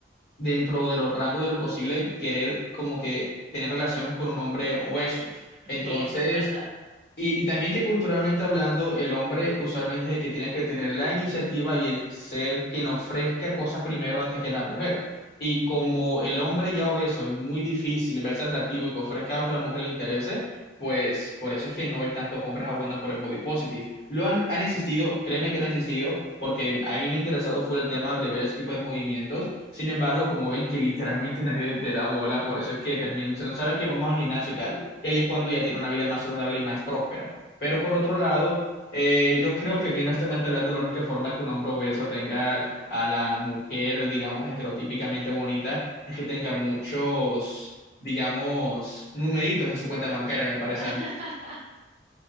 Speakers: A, on the left; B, on the right.
A: dentro de los rangos de lo posible, querer como que tener relaciones con un hombre obeso. Entonces,
B: sí, eso es verdad.
A: y, y también que culturalmente hablando, el hombre usualmente es el que tiene que tener la iniciativa y el ser quien ofrezca cosas primero antes que la mujer. Y como el hombre ya obeso es muy difícil verse atractivo y que ofrezca algo que a la mujer le interese, pues por eso es que no ves tantos hombres abogando por el body positive. Lo han, han existido, créeme que han existido, porque a mí me ha interesado fue el tema de ver ese tipo de movimientos. Sin embargo, como ven que literalmente nadie le da bola, por eso es que terminan diciendo, ¿sabes qué? Vamos al gimnasio y tal y ahí es cuando ya tiene una vida más saludable y más próspera. Pero por otro lado, eh, yo creo que aquí honestamente hablando, la única forma que un hombre obeso tenga a la mujer, digamos, estereotípicamente bonita, es que tenga muchos, digamos, numeritos en su cuenta bancaria, me parece
B: <laughs>
A: a mí.